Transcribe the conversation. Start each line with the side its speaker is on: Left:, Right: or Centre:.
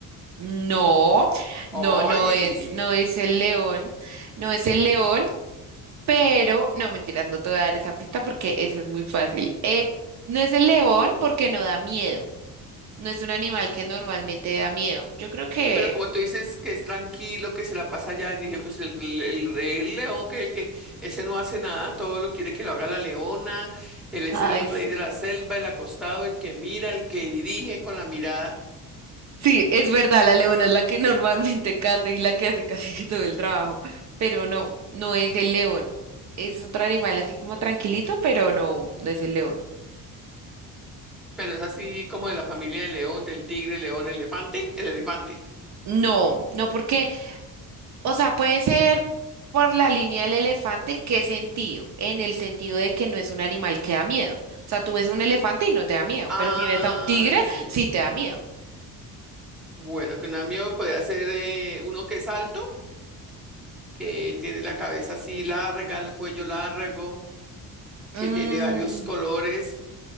Right: No, no,
Centre: ¡Ay!
Right: no es, no es el león, no es el león, pero no, mentiras, no te voy a dar esa pista porque eso es muy fácil. Eh, no es el león porque no da miedo, no es un animal que normalmente da miedo. Yo creo que,
Centre: Pero como tú dices que es tranquilo, que se la pasa allá, yo dije, pues el, el, el rey león, que es el que ese no hace nada, todo lo quiere que lo haga la leona, él es
Right: ay,
Centre: el
Right: sí.
Centre: rey de la selva, el acostado, el que mira, el que dirige con la mirada,
Right: Sí, es verdad, la leona es la que <laughs> normalmente caza y la que hace casi que todo el trabajo, pero no, no es el león. Es otro animal así como tranquilito, pero no, no es el león.
Centre: pero es así como de la familia del león, del tigre, león, elefante, el elefante.
Right: No, no porque, o sea, puede ser por la línea del elefante, ¿en qué sentido? En el sentido de que no es un animal que da miedo. O sea, tú ves a un elefante y no te da miedo,
Centre: Ah,
Right: pero si ves a un tigre,
Centre: sí.
Right: sí te da miedo.
Centre: Bueno, que un amigo puede hacer eh, uno que es alto, que tiene la cabeza así larga, el cuello largo,
Right: Mm,
Centre: que tiene varios colores